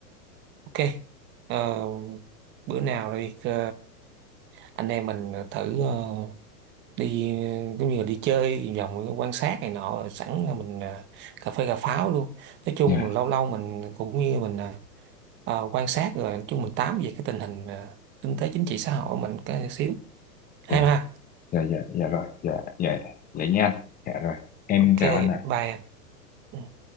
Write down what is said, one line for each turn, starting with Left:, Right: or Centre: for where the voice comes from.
Right: ok Ờ, bữa nào đi ờ, anh em mình thử ờ, đi giống như là đi chơi đi vòng quan sát này nọ rồi sẵn là mình ờ, cà phê cà pháo luôn nói chung
Left: dạ
Right: là lâu lâu mình cũng như mình ờ, ờ, quan sát rồi nói chung mình tám về cái tình hình ờ, kinh tế chính trị xã hội của mình cái xíu hay
Left: dạ
Right: ha
Left: dạ dạ dạ rồi dạ dạ dạ nha anh. dạ rồi em
Right: ok
Left: chào anh ạ
Right: bye em. Ừ.